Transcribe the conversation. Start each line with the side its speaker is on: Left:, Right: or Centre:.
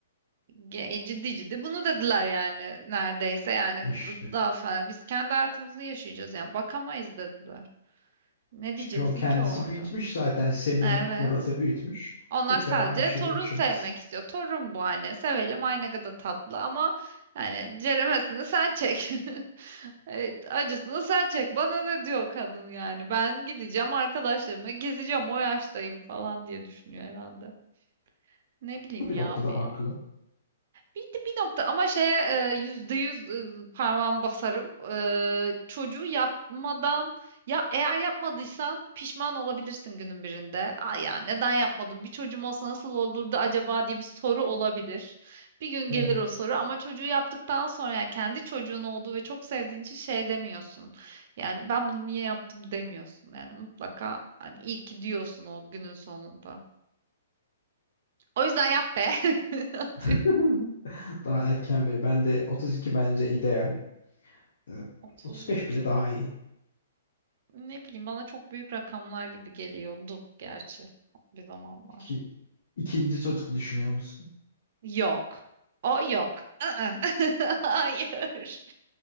Right: Ge- e, ciddi ciddi bunu dediler yani neredeyse yani
Left: İşte.
Right: daha fena biz kendi hayatımızı yaşayacağız yani bakamayız dediler. Ne
Left: Çünkü
Right: diyeceksin
Left: o kendisi
Right: ki orada?
Left: büyütmüş zaten seni
Right: Evet.
Left: Murat'a büyütmüş.
Right: Onlar
Left: Tekrar
Right: sadece
Left: aynı şeyi
Right: torun
Left: yaşamak
Right: sevmek
Left: istiyor.
Right: istiyor. Torun bu hani sevelim ay ne kadar tatlı ama yani ceremesini sen çek. <laughs> Evet, acısını sen çek. Bana ne diyor kadın yani? Ben gideceğim arkadaşlarımla gezeceğim o yaştayım falan diye düşünüyor herhalde. Ne bileyim
Left: Bu bir
Right: ya
Left: noktada
Right: bir
Left: haklı.
Right: Bir, bir nokta ama şeye e, yüzde yüz e, parmağımı basarım. E, çocuğu yapmadan ya eğer yapmadıysan pişman olabilirsin günün birinde. Ay ya neden yapmadım? Bir çocuğum olsa nasıl olurdu acaba diye bir soru olabilir. Bir gün
Left: Evet.
Right: gelir o soru ama çocuğu yaptıktan sonra yani kendi çocuğun olduğu ve çok sevdiğin için şey demiyorsun. Yani ben bunu niye yaptım demiyorsun. Yani mutlaka hani iyi ki diyorsun o günün sonunda. O yüzden yap be. <laughs> Atıyorum.
Left: <laughs> Daha erken bey. Ben de 32 bence ideal. Ee,
Right: 32.
Left: 35 bile daha iyi.
Right: Ne bileyim bana çok büyük rakamlar gibi geliyordu gerçi bir zamanlar.
Left: İki, ikinci çocuk düşünüyor musun?
Right: Yok. O yok. Aa, <laughs> Hayır.